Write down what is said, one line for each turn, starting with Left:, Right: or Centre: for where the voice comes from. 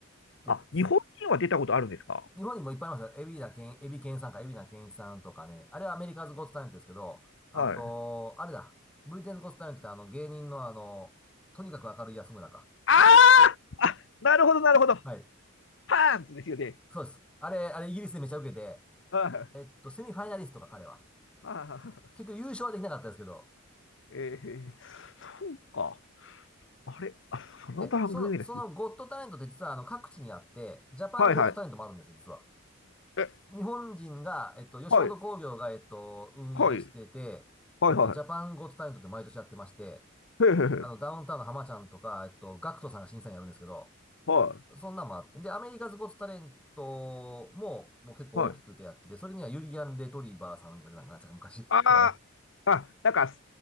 Centre: で、
Left: あ、
Centre: ス
Left: 日本人は出たことあるんですか
Centre: 日本にもいっぱいありますよ。エビだけん、エビケンさんか、エビナケンイチさんとかね。あれはアメリカズ・ゴット・タレントですけど、あと、
Left: はい。
Centre: あれだ。ブリテンズ・ゴット・タレントってあの芸人のあの、とにかく明るい安村か。
Left: ああ、なるほど、なるほど。
Centre: はい。
Left: パンツですよね。
Centre: そうです。あれ、あれイギリスでめちゃ受けて、
Left: あ
Centre: えっと、セミファイナリストか彼は。
Left: あ、ああ、
Centre: 結局優勝はできなかったですけど。
Left: ええ、そうか。あれ、その番組ですね。
Centre: で、その、そのゴット・タレントって実はあの各地にあって、ジャパンゴット・
Left: はいはい。
Centre: タレントもあるんですよ、実は。
Left: え、
Centre: 日本人が、えっと、吉本興業が、
Left: はい、
Centre: えっと、運営してて、
Left: はい、はい、
Centre: えっと、
Left: は
Centre: ジャパンゴット・タレントって毎年やってまして、
Left: い。へえ、へえ、へえ
Centre: あの、ダウンタウンの浜ちゃんとか、えっと、ガクトさんが審査員やるんですけど、
Left: は
Centre: そんなんもあって。で、アメリカズゴッツタレントも、もう結構大きくてやってて、
Left: い、はい。
Centre: それにはユリアン・レトリバーさんがなんか、なんか昔とかね。
Left: ああ、あ、なんか、